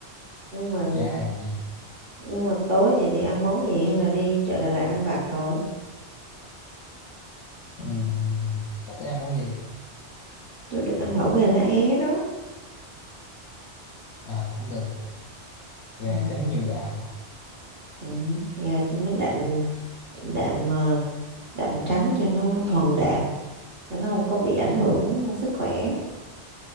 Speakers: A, on the right; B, on the left.
A: nhưng mà
B: chả ai làm gì
A: nhưng mà tối vậy thì ăn món gì hay là đi chợ Đà Lạt ăn vặt thôi
B: Ừm, Bà tới ăn món gì
A: tôi định ăn lẩu gà lá é đó
B: à, cũng được gà
A: ừ,
B: chấm nhiều đạm
A: ừ. nghe cho nó đạm đạm ờ, đạm trắng cho nó thuần đạm cho nó không có bị ảnh hưởng ờ, sức khỏe